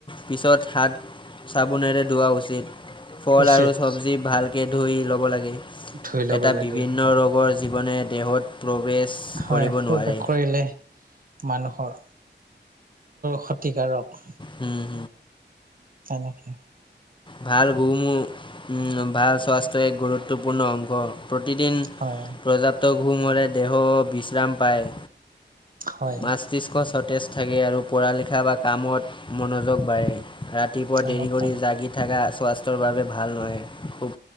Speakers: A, on the left; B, on the right.
A: পিছত হাত। চাবোনেৰে ধোৱা উচিত ফল
B: উচিত
A: আৰু চব্জি ভালকে ধুই ল'ব লাগে।
B: ধুই ল'ব
A: এটা
B: লাগে
A: বিভিন্ন ৰোগৰ জীৱনে দেহত প্ৰৱেশ।
B: হয়
A: কৰিব
B: প্ৰৱেশ
A: নোৱাৰে।
B: কৰিলে মানুহৰ ক্ষতিকাৰক।
A: উম।
B: তেনেকে।
A: ভাল গুমূ ভাল স্বাস্থ্যৰ এক গুৰুত্বপূৰ্ণ অংশ। প্ৰতিদিন
B: হয়
A: পৰ্যাপ্ত ঘুমৰে দেহ বিশ্ৰাম পায়।
B: হয়
A: মস্তিষ্ক সতেজ থাকে আৰু পঢ়ালিখা বা কামত মনোযোগ বাঢ়ে। ৰাতিপুৱা
B: কামত
A: দেৰি কৰি
B: মন
A: জাগি থাকা স্বাস্থ্যৰ বাবে ভাল নহয়। খুব